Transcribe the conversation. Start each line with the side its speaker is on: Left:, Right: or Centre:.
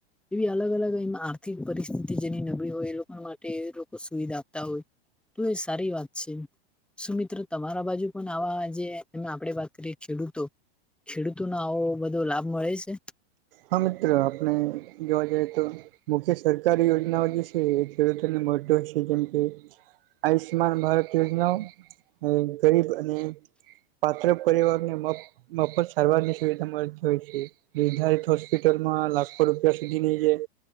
Centre: એવી અલગ અલગ એ આર્થિક પરિસ્થિતિ જેની નબળી હોય એ લોકો માટે લોકો સુવિધા આપતા હોય. તો એ સારી વાત છે સુ મિત્ર તમારા બાજુ પણ આવા જે એમાં આપડે વાત કરીએ ખેડૂતો ખેડૂતોનો આવો બધો લાભ મળે છે?
Right: હા મિત્ર આપણે જોવા જએ તો મુખ્ય સરકારી યોજનાઓ જે છે એ ખેડૂતોને મળતા હોય છે જેમ કે આયુષ્માન ભારત યોજનાઓ ને ગરીબ અને પાત્ર પરિવારને મફ મફત સારવાર ની સુવિધા મળતી હોય છે નિર્ધારિત હોસ્પિટલમાં લાખો રૂપિયા સુધીની જે